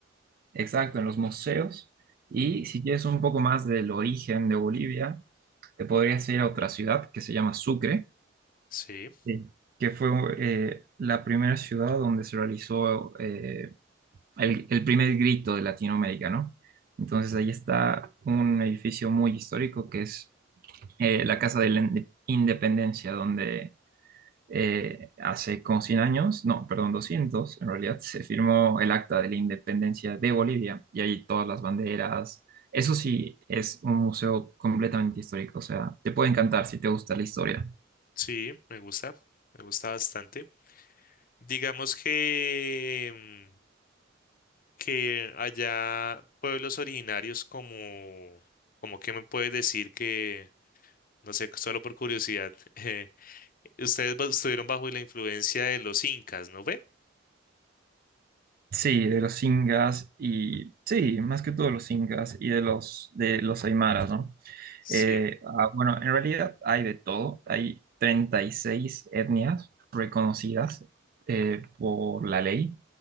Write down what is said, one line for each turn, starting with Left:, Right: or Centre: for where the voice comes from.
Right: exacto, en los museos. Y si quieres un poco más del origen de Bolivia, te podrías ir a otra ciudad que se llama Sucre,
Left: Sí,
Right: Sí. que fue eh, la primera ciudad donde se realizó eh, el, el primer grito de Latinoamérica, ¿no? Entonces ahí está un edificio muy histórico que es eh, la Casa de la Inde- Independencia, donde eh, hace como 100 años, no, perdón, 200 en realidad, se firmó el Acta de la Independencia de Bolivia y ahí todas las banderas. Eso sí, es un museo completamente histórico, o sea, te puede encantar si te gusta la historia.
Left: sí, me gusta, me gusta bastante. Digamos que, mm, que allá pueblos originarios como, como que me puedes decir que, no sé, solo por curiosidad, <laughs> eh, ustedes ba- estuvieron bajo la influencia de los incas, ¿no ve?
Right: Sí, de los incas y sí, más que todo los incas y de los, de los aymaras, ¿no?
Left: Sí,
Right: Eh, ah, bueno, en realidad hay de todo. Hay 36 etnias reconocidas eh, por la ley.